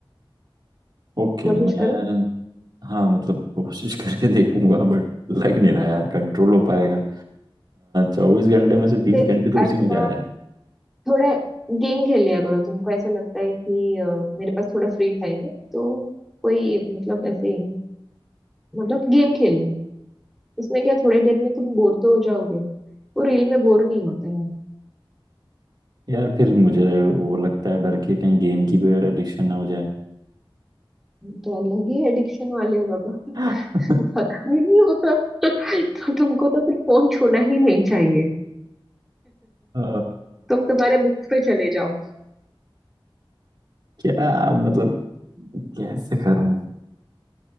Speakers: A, on the right (about 50°); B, in the centre.
A: ओके
B: कोशिश
A: मैं
B: करो
A: हाँ मतलब कोशिश करके देखूंगा बट लग नहीं रहा यार कंट्रोल हो पाएगा चौबीस घंटे में से बीस
B: फिर
A: घंटे तो उसी
B: अच्छा
A: में जा रहे हैं
B: थोड़ा गेम खेल लिया करो तुमको ऐसा लगता है कि अ, मेरे पास थोड़ा फ्री टाइम है तो कोई मतलब ऐसे मतलब गेम खेल लो उसमें क्या थोड़ी देर में तुम बोर तो हो जाओगे वो रील में बोर नहीं होते हैं
A: यार फिर मुझे वो लगता है डर के कहीं गेम की भी एडिक्शन ना हो जाए
B: तुम तो अलग ही एडिक्शन वाले हो बाबा <laughs>
A: <laughs>
B: खत्म ही नहीं होता तो तुमको तो फिर फोन छूना ही नहीं चाहिए
A: अ,
B: तुम तुम्हारे बुक्स पे चले जाओ
A: क्या मतलब कैसे करूं